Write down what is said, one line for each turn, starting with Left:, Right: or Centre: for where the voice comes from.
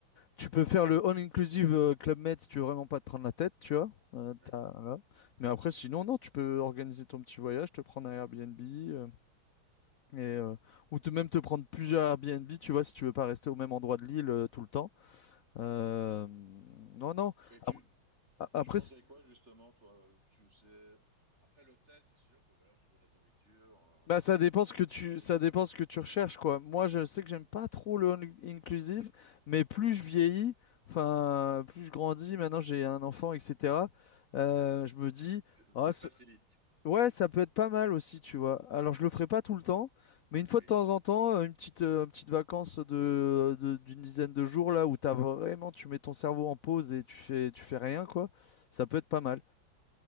Left: tu peux faire le all-inclusive euh, Club Med si tu veux vraiment pas te prendre la tête, tu vois. euh,
Right: Ouais.
Left: t'as- voilà. Mais après, sinon, non, tu peux organiser ton petit voyage, te prendre un Airbnb, euh, et, euh, ou te, même te prendre plusieurs Airbnb, tu vois, si tu veux pas rester au même endroit de l'île euh, tout le temps. Euh, non, non.
Right: Et tu,
Left: Ap- Après,
Right: tu conseilles
Left: c-
Right: quoi justement, toi? Tu sais, après l'hôtel, c'est sûr que voilà, au niveau de la nourriture, euh,
Left: bah, ça dépend
Right: t'as tout,
Left: ce que tu, ça
Right: c'est-
Left: dépend ce que tu recherches, quoi. Moi, je sais que j'aime pas trop le all inclusive, mais plus je vieillis, enfin, plus je grandis, maintenant j'ai un enfant, etc. euh, je me dis,
Right: c'est-
Left: ah,
Right: ça
Left: c-
Right: facilite.
Left: ouais, ça peut être pas mal aussi, tu vois. Alors, je le ferai pas tout le temps, mais une fois
Right: Oui,
Left: de temps en temps, euh, une petite, euh, une petite vacance de, de- d'une dizaine de jours là où t'as vraiment, tu mets ton cerveau en pause et tu fais, tu fais rien, quoi. Ça peut être pas mal.